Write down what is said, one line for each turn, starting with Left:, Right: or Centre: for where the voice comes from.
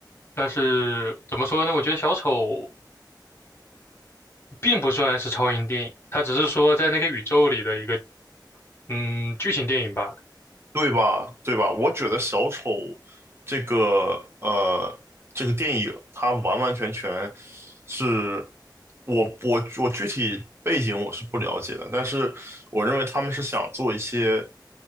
Left: 但是怎么说呢？我觉得小丑并不算是超英电影，它只是说在那个宇宙里的一个嗯剧情电影罢了。
Right: 对吧？对吧？我觉得小丑这个呃这个电影，它完完全全是我我我具体背景我是不了解的，但是我认为他们是想做一些